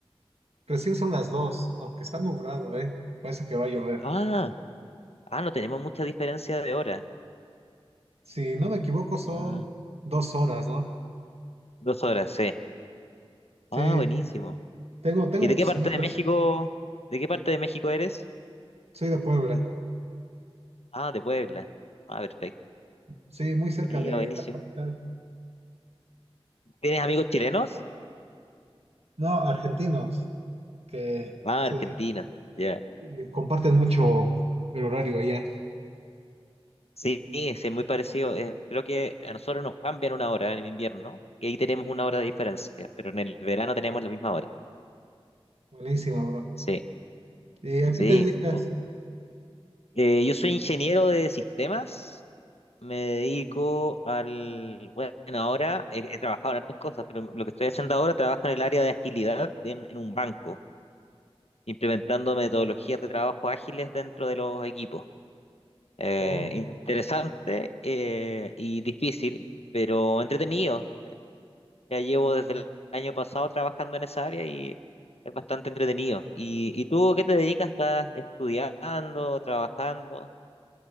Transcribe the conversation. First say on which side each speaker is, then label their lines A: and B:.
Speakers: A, on the right; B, on the left.
A: recién son las dos, aunque está nublado, ¿eh? Parece que va a llover.
B: Ah, ah, no tenemos mucha diferencia de hora.
A: Si no me equivoco, son
B: Ah,
A: dos horas, ¿no?
B: dos horas, sí.
A: Sí,
B: Ah, buenísimo.
A: tengo, tengo
B: ¿Y
A: muchos
B: de qué parte
A: amigos.
B: de México, de qué parte de México eres?
A: Soy de Puebla.
B: Ah, de Puebla. Ah, perfecto.
A: Sí, muy cerca
B: Mira,
A: de
B: buenísimo.
A: la capital.
B: ¿Tienes amigos chilenos?
A: No, argentinos, que
B: Ah,
A: se-
B: argentinos. Ya.
A: eh, comparten mucho el horario allá.
B: Sí, sí, es muy parecido. eh, creo que a nosotros nos cambian una hora en invierno y ahí tenemos una hora de diferencia, pero en el verano tenemos la misma hora.
A: Buenísima, bro.
B: Sí,
A: ¿Y a
B: sí.
A: qué te dedicas?
B: O- eh, yo soy ingeniero de sistemas, me dedico al... Bueno, ahora he, he trabajado en otras cosas, pero lo que estoy haciendo ahora trabajo en el área de agilidad en, en un banco, implementando metodologías de trabajo ágiles dentro de los equipos. Eh,
A: Oh.
B: interesante eh, y difícil, pero entretenido. Ya llevo desde el año pasado trabajando en esa área y es bastante entretenido. ¿Y, y tú qué te dedicas? ¿Estás estudiando, trabajando?